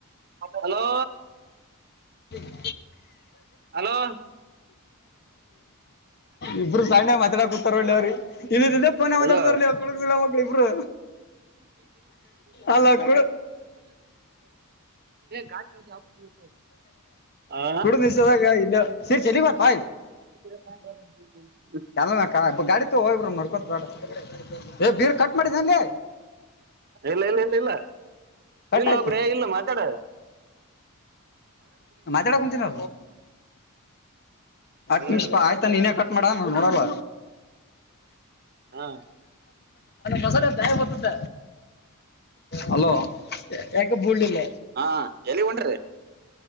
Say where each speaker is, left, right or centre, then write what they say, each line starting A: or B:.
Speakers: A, on the right; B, on the left.
A: ಹಲೋ
B: <unintelligible>
A: ಹಲೋ
B: ಇಬ್ರು ಸಣ್ಣ ಮಾತಾಡ ಕೂತಾರ ಒಳ್ಳಿ ಅವ್ರಿ ಇಲ್ಲ ಇಲ್ಲೆಪ್ಪನ
A: ಹಲೋ
B: ಮಾತಾಡ್ತಾರಲಿ ಅವ ಕುಳಿಲ್ಲ ಮಕ್ಳ ಇಬ್ರು ಅಲ್ಲಡ
A: ಗಾಚಲ್ಲಿ ಆತಿ ಹ
B: ನಿಸಾಗ ಇಲ್ಲ ಸರಿ ಚ ಬ
A: ಹ
B: ಎಲ್ ಗಾಡಿ ತ ಹೋಗಬರು ನಡ್ಕೋತ ಬೇಡ ಏ ಬೀರ್ ಕಟ್ ಮಾಡಿದ ಅನ್ಲ್ಲಿ
A: ಇಲ್ಲ ಇಲ್ಲ ಇಲ್ಲ ಇಲ್ಲ
B: ಕಟ್
A: ಇಲ್ಲ
B: ಆಯ್ತು
A: ಕಡೆ ಇಲ್ಲ ಮಾತಾಡದು
B: ಮಾತಾಡ ಕುಂತೀನ
A: ಹ್ಮ್
B: ನಿಮ ಆಯ್ತ ನೀನೇ ಕಟ್ ಮಾಡ ನೋಡಲ್ಲ
A: ಹಾ
B: ಬಸ ಬತಿದ್ದ ಹಲೋ ಯಏಕೆ ಬುಳ್ಳಿಲ್ಲ
A: ಹಾ ಎಲ್ಲಿಗೊಂಡ್ರಿ